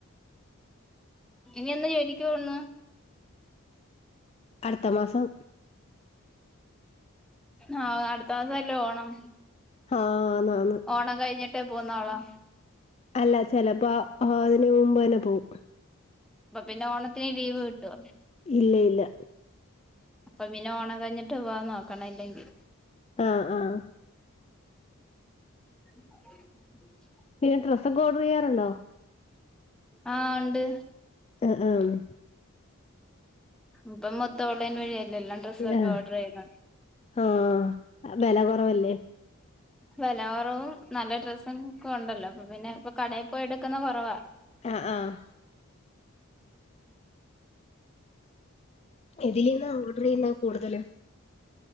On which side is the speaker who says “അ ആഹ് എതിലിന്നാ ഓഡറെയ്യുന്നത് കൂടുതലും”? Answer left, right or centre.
Left